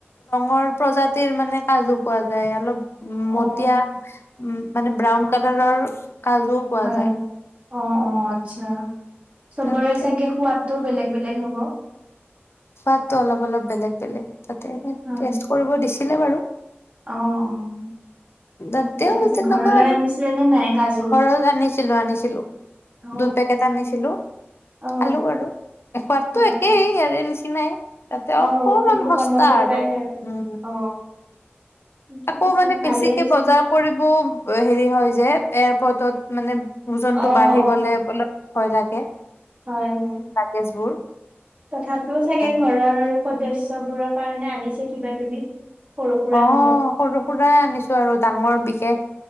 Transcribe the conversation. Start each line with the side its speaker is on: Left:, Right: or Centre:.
Left: ৰঙৰ প্ৰজাতিৰ মানে কাজু পোৱা যায় অলপ উ মতিয়া
Right: অ'
Left: উম মানে ব্ৰাউন কালাৰৰ কাজুও পোৱা
Right: হয়
Left: যায়।
Right: অ', অ', আচ্ছা চবৰে
Left: তাতে
Right: চাগে সোৱাদটো বেলেগ বেলেগ হ'ব।
Left: সোৱাদটো অলপ অলপ বেলেগ বেলেগ তাতে
Right: হয়
Left: টেষ্ট কৰিব দিছিলে বাৰু।
Right: অ', অ'।
Left: তাতেও
Right: ঠিকে আছে
Left: তেনেকুৱা
Right: ঘৰলৈ
Left: আৰু,
Right: আনিছিলে নে নাই কাজু
Left: ঘৰত আনিছিলো আনিছিলো,
Right: অ'
Left: দুই পেকেট আনিছিলো
Right: অ'
Left: খালো আৰু, সোৱাদতো
Right: হয়
Left: একেই
Right: হয়
Left: ইয়াৰে নিচিনাই। তাতে
Right: অ
Left: অকমান
Right: কিন্তু
Left: সস্তা
Right: কমতে
Left: আৰু,
Right: পায়
Left: উম।
Right: অ ঠিকে
Left: আকৌ
Right: আছে
Left: মানে
Right: ভালে
Left: বেছিকে
Right: হৈছে
Left: বজাৰ কৰিবও হেৰি হয় যে, এয়াৰপৰ্টত মানে ওজনটো
Right: অ
Left: বাঢ়ি
Right: অ
Left: গলে অলপ ভয় লাগে,
Right: হয় হয়
Left: লাগেজ বোৰ।
Right: তথাপিও চাগে
Left: সেইকাৰণে
Right: ঘৰৰ সদস্যবোৰৰ কাৰণে আনিছে কিবা কিবি? সৰু সুৰা
Left: অ'
Right: হলেও
Left: সৰু সুৰা আনিছো আৰু ডাঙৰ বিশেষ